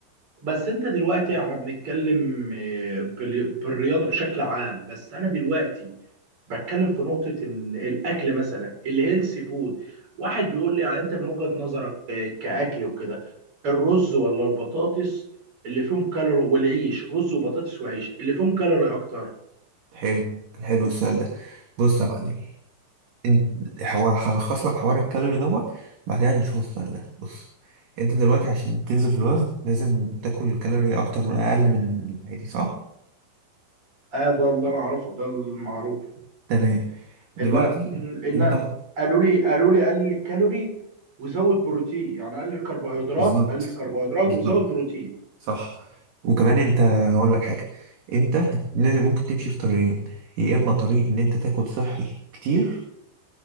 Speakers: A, on the right; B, on the right.
A: بس انت دلوقتي احنا بنتكلم آه، بال- بالرياضه بشكل عام بس انا دلوقتي بتكلم في نقطة إن الأكل مثلا الهيلثي فود واحد بيقول لي يعني أنت من وجهة نظرك آه، كأكل وكده الرز ولا البطاطس اللي فيهم كالوري والعيش رز وبطاطس وعيش اللي فيهم كالوري أكتر
B: حلو حلو السؤال ده بص يا معلمي انت هو هلخص لك حوار الكالوري دوت بعدها نشوف السؤال ده بص انت دلوقتي عشان تنزل في الوزن لازم تاكل كالوري اكتر اقل من العادي صح
A: آه ده اللي أنا أعرفه ده المعروف
B: تمام دلوقتي
A: لا م، لا
B: انت
A: قالوا لي قالوا لي قلل الكالوري وزود بروتين يعني قلل الكربوهيدرات
B: بالظبط
A: قلل الكربوهيدرات
B: بالظبط
A: وزود بروتين
B: صح وكمان انت هقول لك حاجه انت لازم ممكن تمشي في طريقين يا اما طريق ان انت تاكل صحي كتير